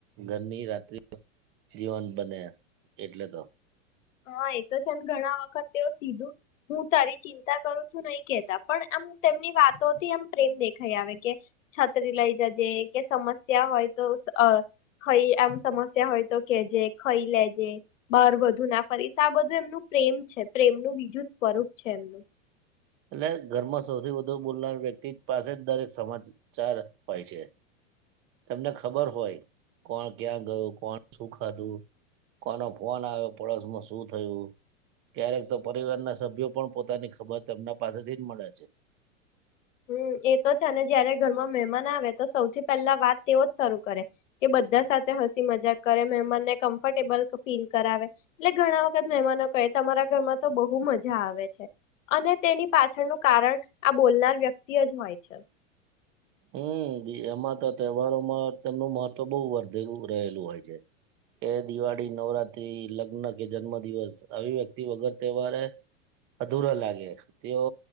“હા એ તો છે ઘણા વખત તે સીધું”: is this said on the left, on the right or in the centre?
Left